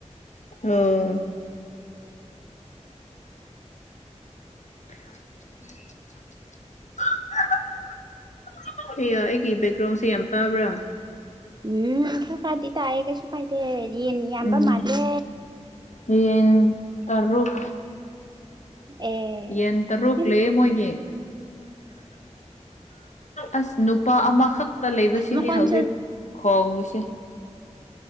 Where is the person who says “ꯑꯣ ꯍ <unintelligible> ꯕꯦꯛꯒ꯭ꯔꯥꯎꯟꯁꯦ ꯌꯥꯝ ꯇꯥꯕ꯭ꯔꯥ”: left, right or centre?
Left